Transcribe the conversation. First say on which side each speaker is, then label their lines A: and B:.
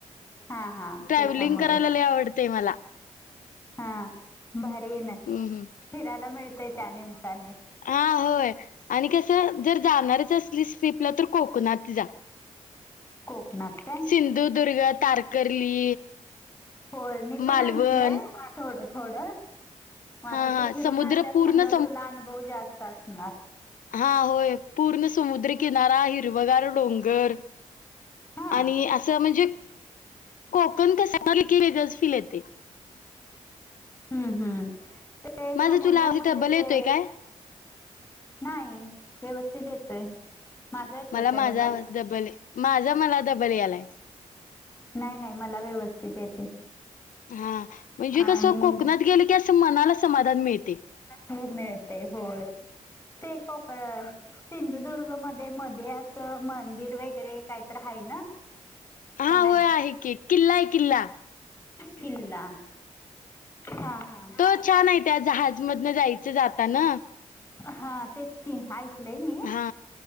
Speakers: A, on the left; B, on the left.
A: हा हा
B: ट्रॅव्हलिंग
A: त्याच्यामुळे
B: करायला लय आवडतेय मला.
A: हा भारी ना
B: हं, हं.
A: फिरायला मिळते त्यानम्ताने.
B: हा होय आणि कसं जर जाणारच असलीस ट्रीपला तर कोकणात जा.
A: कोकणात काय
B: सिंधुदुर्ग तारकर्ली.
A: होय मी पण
B: मालवण
A: ऐकलय थोड थोड. मग आता
B: हां, हां.
A: तू फिरून
B: समुद्र
A: आल्यास
B: पूर्ण
A: म्हणल्यावर तुला अनुभव जास्त असणार.
B: हा होय पूर्ण समुद्रकिनारा हिरवगार डोंगर.
A: हा
B: आणि असं म्हणजे कोकण कस वेगळंच फील येते.
A: हम् हम्, ते
B: माझा
A: समुद्रामध्ये
B: तुला आवाज डबल येतोय
A: ते.
B: काय?
A: नाही व्यवस्थित येतोय माझा येतोय
B: मला
A: काय
B: माझा
A: डबल.
B: आवाज डबल माझा मला डबल यालाय.
A: नाही नाही मला व्यवस्थित येतोय.
B: हा म्हणजे
A: आणि
B: कसं कोकणात गेलं की असं मनाला समाधान मिळतय.
A: हो मिळतेय होय ते कोकण सिंधुदुर्ग मध्ये मध्ये अस. त मंदिर वगैरे काहीतर आहे ना.
B: हां,
A: कनाई
B: होय आहे की. किल्ला आहे किल्ला.
A: किल्ला. हा हा,
B: तो छान आहे त्या जहाज मधनं जायचं जाताना.
A: हा तेच की ऐकलंय मी.
B: हा